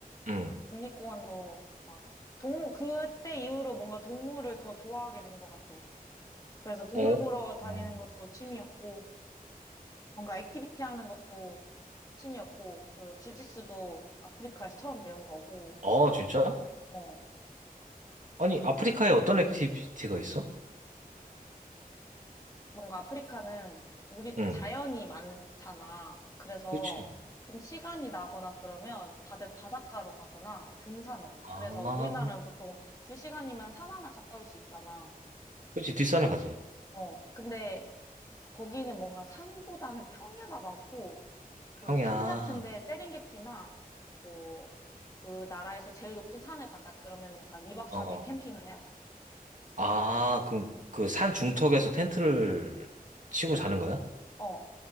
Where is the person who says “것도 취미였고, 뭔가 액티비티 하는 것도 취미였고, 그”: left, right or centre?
Left